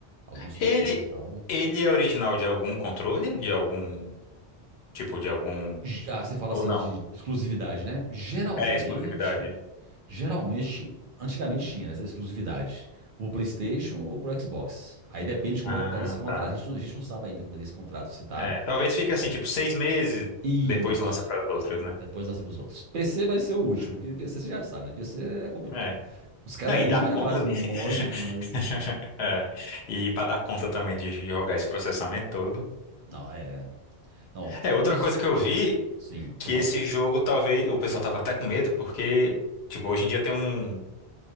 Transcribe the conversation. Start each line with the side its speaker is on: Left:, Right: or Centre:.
Right: alguns
Left: Ele,
Right: coqueiros e tal.
Left: ele é original de algum controle? De algum, tipo, de algum...
Right: Já, você fala
Left: Ou
Right: assim
Left: não?
Right: de exclusividade, né? Geralmente,
Left: É exclusividade.
Right: geralmente, antigamente tinha essa exclusividade. O PlayStation ou pro Xbox. Aí depende de como
Left: Ah,
Right: é que tá esse contrato.
Left: tá.
Right: A gente, não- a gente não sabe ainda como é que tá esse contrato, se tá...
Left: É, talvez fique assim, tipo, seis meses,
Right: Isso.
Left: depois lança para as outras, né?
Right: Depois lança pros outros. PC vai ser o último,
Left: Hum.
Right: que PC você já sabe, né? PC é complicado.
Left: é.
Right: Os caras
Left: Não, e dar
Right: entram e
Left: conta.
Right: já fazem mod
Left: <laughs>
Right: demais.
Left: É, E para dar conta também de jogar esse processamento todo.
Right: Não, é. Não,
Left: É,
Right: é
Left: outra
Right: por-
Left: coisa que eu vi
Right: sim,
Left: que
Right: pode falar.
Left: esse jogo talvez o pessoal tava até com medo porque tipo, hoje em dia tem um